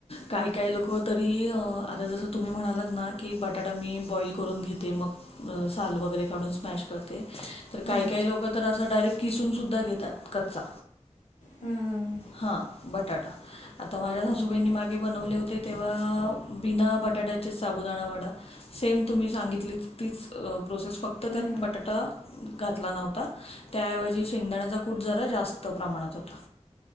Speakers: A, on the left; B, on the left.
A: काय - काय लोक तरी आता जसं तुम्ही म्हणालात ना की बटा - बटाटा मी बॉईल करून घेते मग साल वगैरे काढून स्मॅश करते. तर काही-
B: हां
A: काही लोक तर असं डायरेक्ट किसून सुद्धा घेतात कच्चा.
B: हा हां हां.
A: हां बटाटा. आता माझ्या सासू
B: हां
A: बाईंनी मागे बनवले होते तेव्हा बिना बटाट्याचे साबुदाणा वडा- सेम तुम्ही सांगितली तीचं प्रोसेस फक्त. तर
B: हां
A: त्यात बटाटा घातला नव्हता. त्याऐवजी शेंगदाण्याचा कूट जरा जास्त प्रमाणात होता